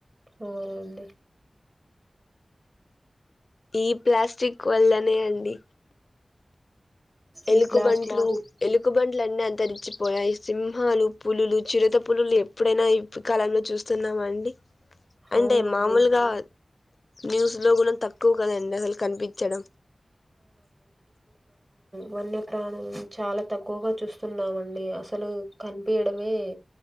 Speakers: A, on the right; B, on the left.
A: అవునండి
B: ఈ ప్లాస్టిక్ వల్లనే అండి ఎలుగు
A: ఈ ప్లాస్టిక్
B: బంట్లు ఎలుగు బంట్లు లన్నీ అంతరించిపోయాయి సింహాలు పులులు చిరుత పులులు ఎప్పుడైనా ఇప్పుడు కాలంలో చూస్తున్నామా అండి
A: అవునండి
B: అంటే మామూలుగా న్యూస్ లో గూనా త క్కువగదండి అసలు కనిపించడం
A: వన్యప్రాణం చాలా తక్కువగా చూస్తున్నామండి అసలు కనిపియడమే